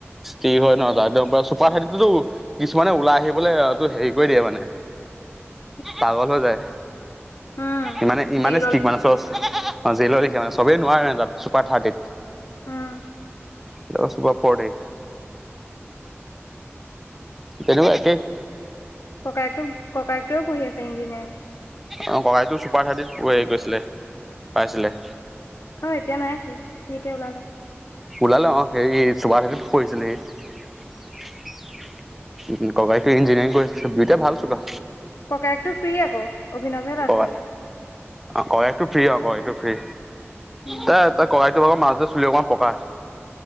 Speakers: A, in the centre; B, on the left.
A: কি হয় নহয় একদম চুপাৰ খেতিতো কিছুমানে ওলাই আহিবলৈটো হেৰি কৰি দিয়ে মানে।
B: <inaudible>
A: পাগল হৈ যায়,
B: উম
A: ইমানে ইমানে
B: জেইলৰ
A: ষ্ট্ৰিক
B: লেখিয়া
A: মানু চচ অঁ জেলৰ লিখিয়া মানে চবে নোৱাৰে তাত চুপাৰ থাৰ্টিত।
B: উম।
A: পোৰা চুপাৰ ফৰ্তি। গেদুক একেই।
B: ককাইকটো ককাইটোৱেও পঢ়ি আছে ইঞ্জিনিয়াৰিং।
A: অঁ, ককাইকটো ছুপাৰ থাৰ্টিত হেৰি কৰিছিলে পাইছিলে।
B: অ এতিয়া নাই সি, সি এতিয়া ওলালে।
A: ওলালে অঁ হে ছুপাৰ থাৰ্তিত পঢ়িছিল সি উম, ককাইটো ইঞ্জিনিয়াৰিং কৰি দুইটাই ভাল চোকা।
B: ককাইকটো ফ্ৰী আকৌ। অভিনৱহে লাজ
A: অই,
B: কৰি আছে
A: অঁ ককাইকটো ফ্ৰী অঁ ককাইকটো ফ্ৰী
B: উম
A: তই তই ককাইক টো মাজতে, চুলি অকণ পকা।